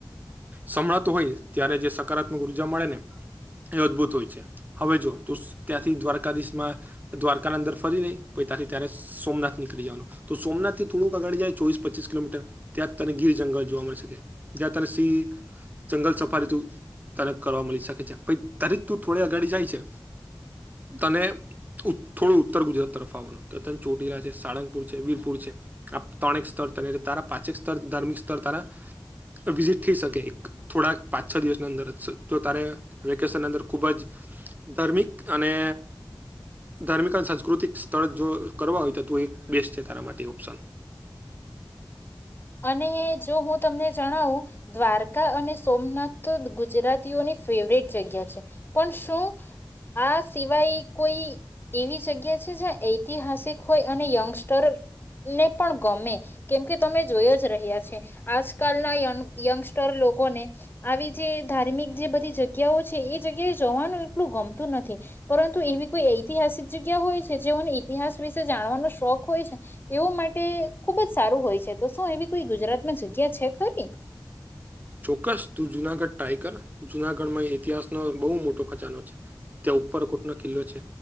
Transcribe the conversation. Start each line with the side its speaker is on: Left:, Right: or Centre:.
Right: સંભાળતું હોય ત્યારે જે સકારાત્મક ઉર્જા મળે ને એ અદભુત હોય છે હવે જો. ત્યાંથી દ્વારકાધીશ માં દ્વારકાની અંદર ફરી રહી ત્યાથી ત્યારે સોમનાથ નીકળી જવાનું તો સોમથથી થોડુંક આગળ જાય ચોવીસપચીંસ કિલોમીટર ત્યાં તને ગીર જંગલ જોવા મળે. જ તને સિંહ જંગલ સફાડી હતું. ત્યારે કરવા મળી શકે છે પણ તરે તું થોડી અઘાડી જાય છે. તને થોડું ઉત્તર ગુજરાત તરફ આવવાનું. ત ચોટીલા છે સાળંગપુર છે વીરપુર છે આ ત્રણેક સ્તર તારા પાછેક સ્તર ધાર્મિક સ્તર <inaudible> વિઝિટ થઈ શકે એક થોડાક પાંચ છ દિવસની અંદર જો તારે વેકેશનની અંદર ખૂબ જ. ધાર્મિક અને ધાર્મિક અને સાંસ્કૃતિક સ્તર જો કરવા હોય તો તો એક બેસ્ટ છે તારા માટે ઓપ્શન.
Left: અને જો હું તમને જણાવું દ્વારકા અને સોમનાથ તો ગુજરાતીઓની ફેવરેટ જગ્યા છે પણ શું. આ સિવાય કોઈ એવી જગ્યા છે જ્યાં ઐતિહાસિક હોય અને યંગસ્ટર ને પણ ગમે કેમ કે તમે. જોયો જ રહ્યા છે આજકાલના યંગસ્ટર લોકોને આવી જે ધાર્મિક જે બધી જગ્યાઓ છે એ જગ્યાએ જવાનું એટલું ગમતું નથી પરંતુ એવી કોઈ ઐતિહાસિક જગ્યા હોય છે જેઓને ઇતિહાસ વિશે જાણવાનો શોખ હોય છે એવો માટે. ખુબ જ સારું હોય છે તો શું એવી કોઈ ગુજરાતમાં જગ્યા છે ખરી.
Right: ચોક્કસ તું જુનાગઢ ટાઈગર જુનાગઢમાં ઈતિહાસ નો બહુ મોટો ખજાનો છે ત્યાં ઉપર કોટ કિલ્લો છે